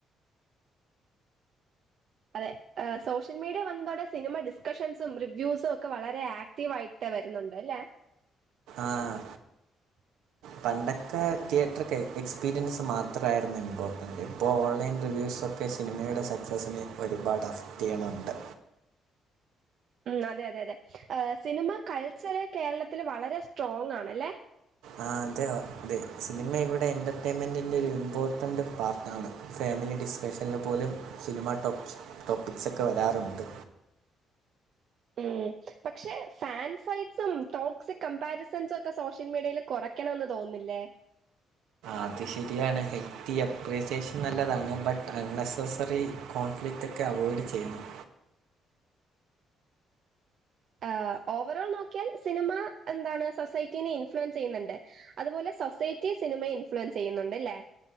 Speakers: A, on the right (about 65°); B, on the right (about 80°).
A: അതെ സോഷ്യൽ മീഡിയ വന്നതോടെ സിനിമ ഡിസ്കഷൻസും റിവ്യൂസും ഒക്കെ വളരെ ആക് റ്റീവായിട്ട് വരുന്നുണ്ട് ല്ലേ
B: ആഹ്
A: <inaudible>
B: പണ്ടക്കെ തിയേറ്റ്രക്കെ എക്സ്പീരിയൻസ് മാത്രാര്ന്നു ഇമ്പോർട്ടന്റ് ഇപ്പോ ഓൺലൈൻ റിവ്യൂസൊ ക്കെ സിനിമേടെ സക്സസിന് ഒരുപാട് അഫ്ത്തികള്ണ്ട്
A: ഉം അതെ അതെ അതെ സിനിമ കൾച്ചറ് കേരളത്തിൽ വളരെ സ്ട്രോങ്ങാണല്ലേ
B: ആഹ് അതെയോ തെ സിനിമ ഇവിടെ എൻ്റർടൈമെന്റിൻ്റൊരു ഇമ്പോർട്ടൻ്റ് പാർട്ടാണ് ഫാമിലി ഡിസ്കഷ്ന്ൽ പോലും സിനിമാ ടോപ്സ് ടോപ്പിക്സൊക്കെ വരാറുണ്ട്
A: ഉം പക്ഷെ ഫാൻ ഫൈറ്റ്സും ടോക്സി കമ്പാരിസൺസൊക്കെ സോഷ്യൽ മീഡ്യേല് കൊറയ്ക്കണംന്ന് തോന്ന്ന്നില്ലേ
B: അത് ശരിയാണ് ഹെൽത്തി അപ്രേസിയേഷൻ നല്ലതാണ് ബട്ട് അൺനെസ്സസറി കോൺഫ്ലിക്റ്റക്കെ അവേഡ് ചെയ്യണം
A: ആഹ് ഓവറോൾ നോക്കിയാൽ സിനിമ എന്താണ് സൊസൈറ്റിനിം ഇൻഫ്ലുവൻസയയ്യ്ന്നുണ്ട് അത്പോലെ സൊസൈറ്റി സിനിമയെ ഇൻഫ്ലുവൻസ് ചെയ്യന്നുണ്ട്ല്ലേ